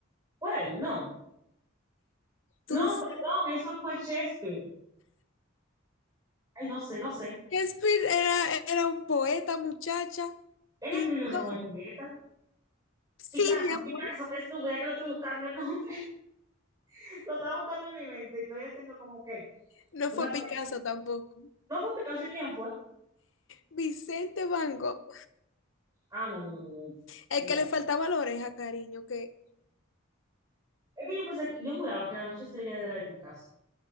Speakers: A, on the right; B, on the left.
A: fue él. No. No,
B: Tú sí-
A: perdón, eso fue Shakespeare. Ay, no sé, no sé.
B: Shakespeare era, era un poeta, muchacha.
A: Él
B: Pintó.
A: escribió Romeo y Julieta.
B: Sí,
A: Picasso,
B: mi amor.
A: Picasso, qué estúpida que lo estoy buscando el nombre. <laughs> Lo estaba buscando en mi mente y estoy haciendo como que
B: No
A: una
B: fue
A: conexión.
B: Picasso tampoco.
A: ¿No fue Picasso y quién fue?
B: Vicente Van Gogh.
A: Ah, no, no, no, no. no.
B: El
A: Mira,
B: que le faltaba la oreja, cariño, que,
A: es que yo pensé, que- yo juraba que la noche estrella era de Picasso.